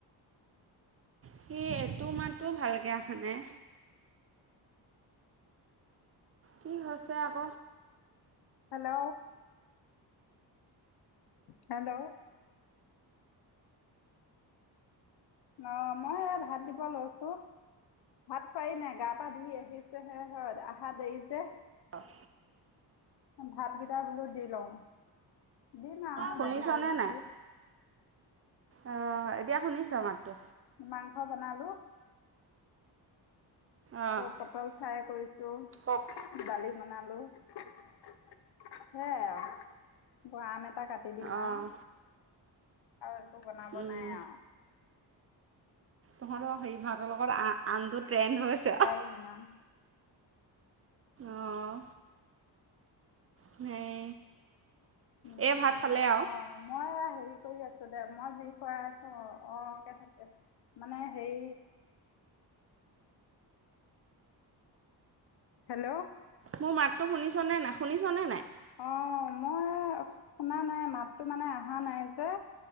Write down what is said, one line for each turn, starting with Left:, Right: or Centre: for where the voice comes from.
Right: সি এইটো মাততো ভালকৈ অহা নাই। কি হৈছে আক।
Left: হেল্ল'। হেল্ল'। অ মই ভাত দিব লৈছোঁ। ভাত খোৱাই নাই গা পা ধুই আহিছে হে হয় আহা দেৰি হৈছে।
Right: অহ।
Left: ভাতকেইটা বোলো দি লওঁ দিম আৰু
Right: শুনিছনে
Left: বাঢ়িব লৈছোঁ।
Right: অ এতিয়া শুনিছা মাতটো।
Left: মাংস বনালো।
Right: অঁ
Left: আৰু পটল ফ্ৰাই কৰিছো
Right: অঁ
Left: দালি বনালো। সেয়াই আৰু আম এটা কাটি দিম
Right: অঁ
Left: আৰু। আৰু একো বনাব
Right: উম
Left: নাই আ।
Right: তহঁতৰ সেই ভাৰতৰ লগৰ আনটো ট্ৰেণ্ড হৈছে।
Left: বেমাত।
Right: অঁ সেই।
Left: উম,
Right: এই ভাত খালে আও।
Left: অঁ মই হেৰি কৰি আছো দে মই যি কৰাই আছো অ অকে থাকে। মানে সেই। হেল্ল'।
Right: মোৰ মাতটো শুনিছনে নাই শুনিছনে নাই?
Left: অঁ মই। শুনা নাই মাততো মানে অহা নাই যে